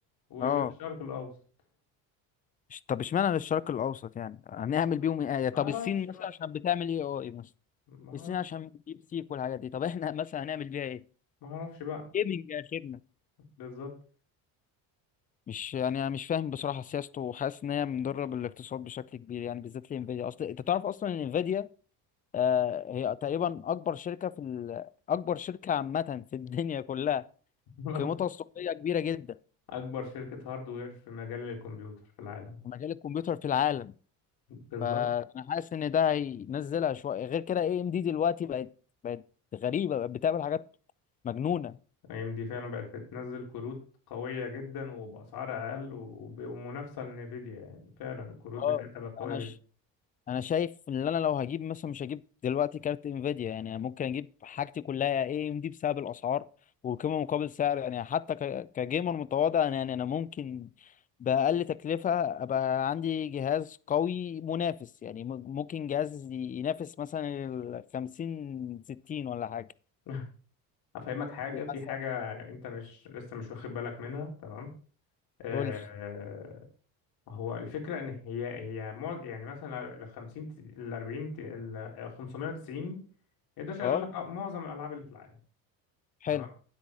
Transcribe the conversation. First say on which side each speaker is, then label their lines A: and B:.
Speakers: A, on the left (about 65°); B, on the left (about 20°).
A: وللشرق
B: اه
A: الأوسط
B: إش- طب اشمعنى للشرق الاوسط يعني هنعمل
A: ما
B: بيهم ايه يعني طب
A: اعرفش
B: الصين مثلا
A: بقى
B: عشان بتعمل ايه اي مثلا
A: ما اعرفش
B: الصين عشان ديب سيك والحاجات دي طب احنا مثلا هنعمل بيها ايه
A: ما اعرفش بقى
B: جيمنج اخرنا
A: بالظبط
B: مش يعني انا مش فاهم بصراحه سياسته وحاسس ان هي مضره بالاقتصاد بشكل كبير يعني بالذات لانفيديا اصل انت تعرف اصلا ان انفيديا آه هي تقريبا اكبر شركه في ال... اكبر شركه عامه في الدنيا كلها
A: <laughs>
B: قيمتها السوقيه كبيره جدا
A: اكبر شركة هاردوير في مجال الكمبيوتر في العالم
B: في مجال الكمبيوتر في العالم
A: بالظبط
B: فانا حاسس ان ده هينزلها شويه غير كده اي ام دي دلوقتي بقت بقت غريبه بقت بتعمل حاجات مجنونه
A: اي ام دي فعلا بقت بتنزل كروت قوية جدا وبأسعار أقل وب- ومنافسة لنفيديا يعني فعلا الكروت
B: اه
A: بتاعتها بقت قوية
B: انا
A: جدا
B: انا شايف ان انا لو هجيب مثلا مش هجيب دلوقتي كارت انفيديا يعني ممكن اجيب حاجتي كلها اي ام دي بسبب الاسعار والقيمه مقابل سعر يعني حتى ك- كجيمر متواضع أنا- يعني انا ممكن باقل تكلفه ابقى عندي جهاز قوي منافس يعني م- ممكن جهاز ينافس مثلا ال 50 60 ولا حاجه
A: <laughs> أفهمك حاجة
B: إيه
A: في
B: مثلا
A: حاجة أنت مش لسه مش واخد بالك منها تمام آه،
B: قول لي
A: ما هو الفكرة إن هي هي معج... يعني مثلا ال 50 ال 40 ال 590 يقدر يشغل
B: اه
A: لك آه، معظم الألعاب اللي في العالم
B: حلو
A: تمام